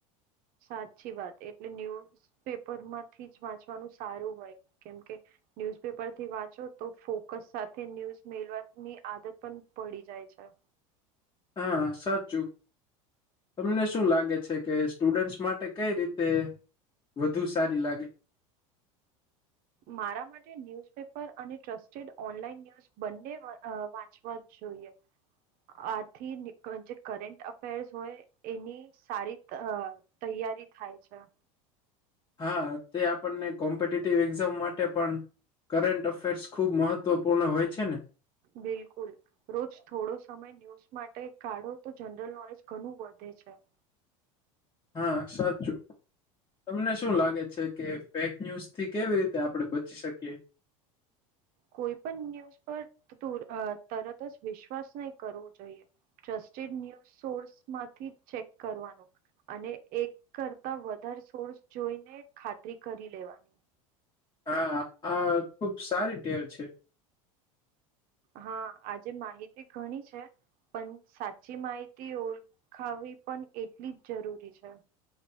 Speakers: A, on the right; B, on the left.
A: સાચી વાત એટલે ન્યૂઝ પેપર માંથી જ વાંચવાનું સારું હોય કેમ કે ન્યુઝપેપર થી વાંચો તો ફોકસ સાથે ન્યૂઝ મેળવાની આદત પણ પડી જાય છે.
B: હા સાચું. તમને શું લાગે છે કે સ્ટુડન્ટસ માટે કઈ રીતે વધુ સારી લાગે.
A: મારા માટે ન્યુઝપેપર અને ટ્રસ્ટેડ ઓનલાઈન ન બંને અ વાંચવા જ જોઈએ. આથી જે કરંટ અફેર્સ હોય એની સારી અ તૈયારી થાય છે.
B: હા તે આપણને કોમ્પિટેટિવ એક્ઝામ માટે પણ કરંન્ટ અફેર્સ ખુબ મહત્વપૂર્ણ હોય છે ને.
A: બિલકુલ. રોજ થોડો સમય ન્યૂઝ માટે કાઢો તો જનરલ નોલેજ ઘણું વધે છે.
B: હા સાચું. તમને શું લાગે છે કે ફેક ન્યુઝ થી કેવી રીતે આપડણે બચી શકીએ?
A: કોઈ પણ ન્યૂઝ પર તું તરત જ વિશ્વાસ નહી કરવો જોઈએ. ટ્રસ્ટેડ ન્યૂઝ સોર્સ માંથી ચેક કરવાનું. અને એક કરતા વધારે સોર્સ જોઈને ખાતરી કરી લેવાની.
B: હા આ ખુબ સારી ટેવ છે.
A: હા આ જે માહિતી ઘણી છે પણ સાચી માહિતી ઓળખાવવી પણ એટલી જ જરૂરી છે.